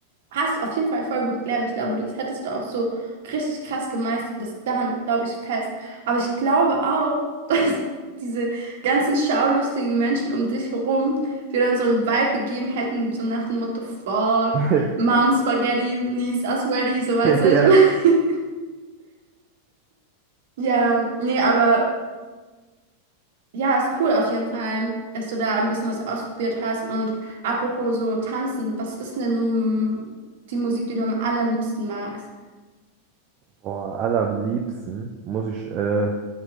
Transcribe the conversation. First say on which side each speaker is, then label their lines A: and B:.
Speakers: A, on the right; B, on the right.
A: hast du auf jeden Fall voll gut gelernt. Ich glaube, das hättest du auch so richtig krass gemeistert. Das daran glaube ich fest. Aber ich glaube auch, <laughs> dass diese ganzen schaulustigen Menschen um dich herum dir dann so einen Vibe gegeben hätten, so nach dem Motto, fuck,
B: <laughs>
A: Mom Spaghetti, Niece a Sweaty, so weißt du,
B: Ja.
A: was ich meine? <laughs> Ja, nee, aber ja, ist cool auf jeden Fall, dass du da ein bisschen was ausprobiert hast. Und apropos so tanzen, was ist denn die Musik, die du am allerliebsten magst?
B: Boah, allerliebsten muss ich äh,